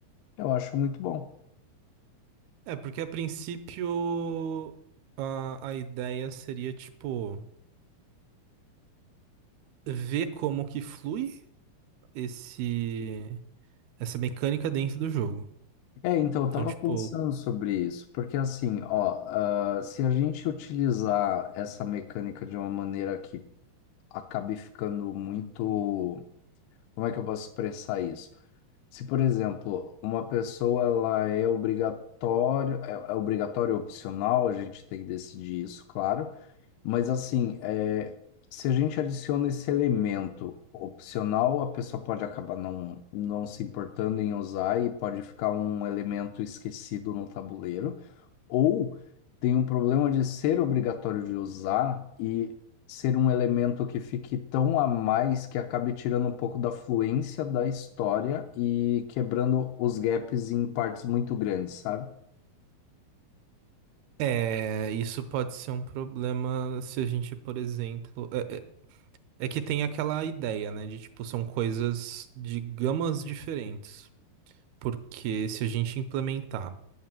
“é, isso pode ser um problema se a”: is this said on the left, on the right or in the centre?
Right